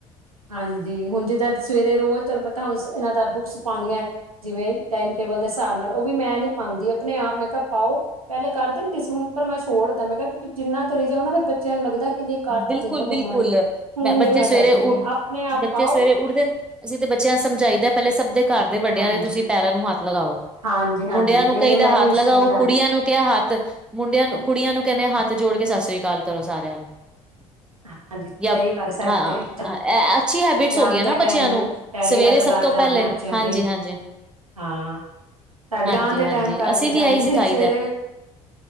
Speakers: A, on the right; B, in the centre.
A: ਹਾਂਜੀ, ਹੁਣ ਜਿੱਦਾਂ ਸਵੇਰੇ ਰੋਜ਼ ਤੁਹਾਨੂੰ ਪਤਾ ਹੁਣ ਇਹਨਾਂ ਦਾ ਬੁੱਕਸ ਪਾਣੀਆਂ ਜਿਵੇਂ ਟਾਈਮ ਟੇਬਲ ਦੇ ਹਿਸਾਬ ਨਾਲ ਉਹ ਵੀ ਮੈਂ ਨਹੀਂ ਪਾਂਦੀ ਆਪਣੇ ਆਪ ਮੈਂ ਕਿਹਾ ਪਾਓ ਪਹਿਲੇ ਕਰ ਦਿੰਦੀ ਸੀ ਹੁਣ ਪਰ ਮੈਂ ਛੋੜਦਾ ਮੈਂ ਕਿਹਾ ਕਿਉਂਕਿ ਜਿੰਨਾ ਕਰੀ ਜਾ ਉਹਨਾਂ ਬੱਚਿਆਂ ਨੂੰ ਲੱਗਦਾ ਕਿ ਨਹੀਂ ਕਰ
B: ਬਿਲਕੁਲ,
A: ਤਾਂ ਦੇਣਾ ਮੰਮਾ
B: ਬਿਲਕੁਲ
A: ਨੇ ਹੁਣ
B: ਮ ਬੱਚੇ
A: ਨੀ ਮੈਂ
B: ਸਵੇਰੇ
A: ਕਰਦੀ
B: ਉਠ
A: ਪਈ ਆਪਣੇ ਆਪ
B: ਬੱਚੇ
A: ਪਾਓ
B: ਸਵੇਰੇ ਉੱਠਦੇ ਨੇ ਅਸੀਂ ਤੇ ਬੱਚਿਆਂ ਨੂੰ ਸਮਝਾਈਦਾ ਪਹਿਲੇ ਸਭ ਘਰ ਦੇ ਵੱਡਿਆਂ
A: ਹਾਂਜੀ
B: ਦੇ ਤੁਸੀਂ ਪੈਰਾਂ ਨੂੰ ਹੱਥ ਲਗਾਓ
A: ਹਾਂਜੀ
B: ਮੁੰਡਿਆਂ
A: ਹਾਂਜੀ
B: ਨੂੰ
A: ਨਹੀਂ
B: ਕਈ
A: ਨਹੀਂ
B: ਦਾ
A: ਮੈਂ
B: ਹੱਥ
A: ਵੀ ਇਸ
B: ਲਗਾਓ
A: ਸਮਝਾ
B: ਕੁੜੀਆਂ ਨੂੰ ਕਿਹਾ ਹੱਥ ਮੁੰਡਿਆਂ ਨੂੰ ਕੁੜੀਆਂ ਨੂੰ ਕਹਿੰਦੇ ਹੱਥ ਜੋੜ ਕੇ ਸਤਿ ਸ੍ਰੀ ਅਕਾਲ ਕਰੋ ਸਾਰਿਆਂ ਨੂੰ। ਹ <unintelligible>
A: ਹਾਂਜੀ
B: ਜਾਂ
A: ਸਹੀ ਗੱਲ ਸਾਡੇ
B: ਹਾਂ,
A: ਵੀ
B: ਅੱਛੀ ਹੈਬਿਟਸ
A: ਜਾਣ
B: ਹੋ ਗਈਆਂ
A: ਦੇ
B: ਨਾ
A: ਟਾਈਮ
B: ਬੱਚਿਆਂ ਨੂੰ
A: ਪੈਰੀ
B: ਸਵੇਰੇ
A: ਹੱਥ
B: ਸਭ
A: ਲਾ
B: ਤੋਂ
A: ਕੇ
B: ਪਹਿਲੇ
A: ਆਣਾ ਬੱਚਿਆਂ
B: ਹਾਂਜੀ,
A: ਦੇ
B: ਹਾਂਜੀ।
A: ਹਾਂ, ਸਾਡੇ
B: ਹਾਂਜੀ
A: ਜਾਣ ਦੇ
B: ਹਾਂਜੀ
A: ਟੈਮ ਕਰਕੇ
B: ਅਸੀਂ ਵੀ
A: ਜਾਂਦੇ
B: ਇਹੀ ਸਿਖਾਈ
A: ਆ ਸਵੇਰੇ
B: ਦਾ